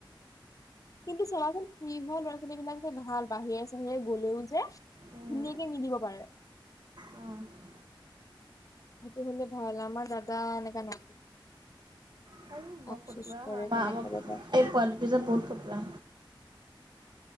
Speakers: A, on the left; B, on the right.
A: কিন্তু চাবাচোন ফ্ৰী হোৱা ল'ৰা ছোৱালী বিলাক যে ভাল বাহিৰে চাহিৰে গলেও যে ধুনীয়াকে
B: উম।
A: নিদিব পাৰে।
B: অ
A: সেইটো হলে ভাল আমাৰ দাদা এনেকা নাই।
B: সেই বৰ
A: আফচোচ
B: ফটুৱা
A: কৰে
B: হয় আমাৰ
A: তেনেকা দাদা
B: এই পোৱালি যে বহুত ফটুৱা।